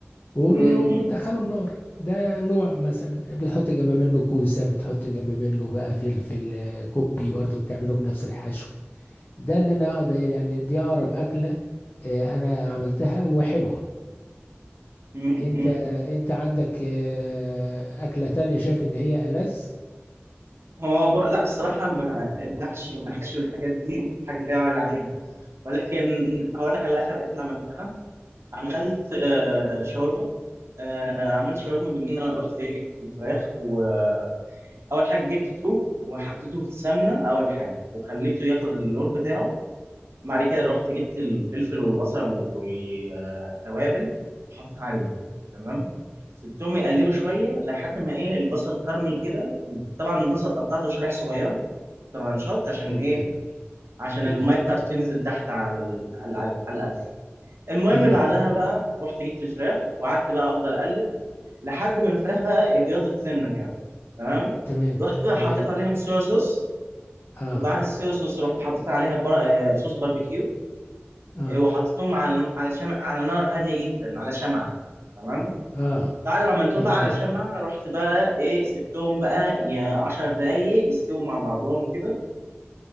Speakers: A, on the left; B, on the right.
A: وب...
B: امم
A: وبتدخله النار ده نوع مثلا بتحط جنب منه كوسة بتحط جنب منه بقى فلفل آه، كوبي برضه بتعمله بنفس الحشو ده اللي انا أقدر- يعني دي اقرب اكلة آه، انا عملتها وحلوة
B: امم
A: انت
B: امم
A: انت عندك آه، اكله تانية شايف ان هي ألذ
B: هو بر- لا الصراحة ما المحشي والمحشي والحاجات دي حاجة لا يعلى عليها ولكن هقول لك على اخر اكله عملتها عملت آه، شاورما آه، عملت شاورما بان انا رحت ايه جبت الفراخ واول حاجه جبت توب وحطيته في السمنه اول حاجه وخليته ياخد اللون بتاعه بعد كده رحت جبت الفلفل والبصل والتوابل وحطيتها عليهم تمام سبتهم يقلبوا شويه لحد ما ايه البصل كرمل كده طبعا البصل قطعته شرايح صغيره ترانشات عشان
A: تمام
B: ايه عشان
A: تمام
B: الميه بتاعته تنزل تحت على ال- على على الاكل المهم
A: تمام
B: بعدها بقى رحت جبت الفراخ وقعدت بقى افضل اقلب لحد ما الفراخ بقى ابيضت سنه كده تمام
A: تمام
B: رحت بقى
A: تمام
B: حطيت عليهم صويا صوص
A: اه
B: وبعد الصويا صوص رحت حطيت عليها بر... آه، صوص باربيكيو
A: اه
B: آه، وحطيتهم على على شمع على نار هاديه جدا على شمعه تمام
A: اه
B: بعد ما عملتهم
A: تمام
B: بقى على شمعه رحت بقى ايه سبتهم بقى يا 10 دقايق يستووا مع بعضهم كده